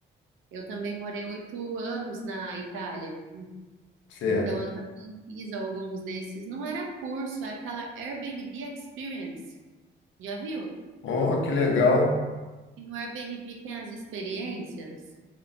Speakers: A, on the right (about 80°); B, on the left (about 75°).
A: Eu também morei oito anos na Itália,
B: Certo.
A: então eu também fiz alguns desses. Não era curso, é aquela Airbnb Experience. Já viu?
B: Oh, que legal.
A: E no Airbnb tem as experiências.